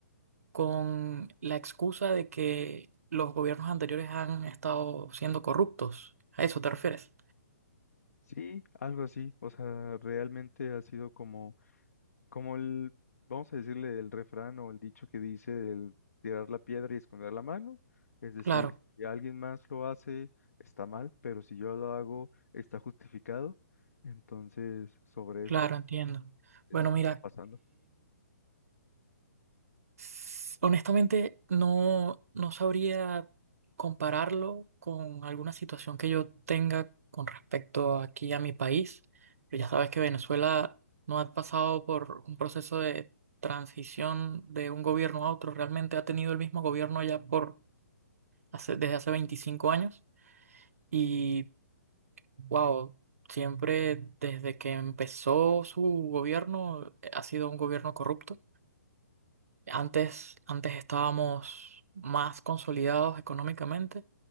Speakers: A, on the right; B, on the left.
A: con la excusa de que los gobiernos anteriores han estado siendo corruptos. ¿A eso te refieres?
B: Sí, algo así. O sea, realmente ha sido como como el, vamos a decirle el refrán o el dicho que dice el tirar la piedra y esconder la mano, es decir,
A: Claro,
B: si alguien más lo hace, está mal, pero si yo lo hago, está justificado. Entonces, sobre
A: claro,
B: eso sí
A: entiendo.
B: es
A: Bueno,
B: lo que
A: mira,
B: está pasando.
A: S- Honestamente, no, no sabría compararlo con alguna situación que yo tenga con respecto aquí a mi país. Pero ya sabes que Venezuela no ha pasado por un proceso de transición de un gobierno a otro. Realmente ha tenido el mismo gobierno ya por hace- desde hace 25 años. Y wow, siempre desde que empezó su gobierno eh, ha sido un gobierno corrupto. Antes, antes estábamos más consolidados económicamente,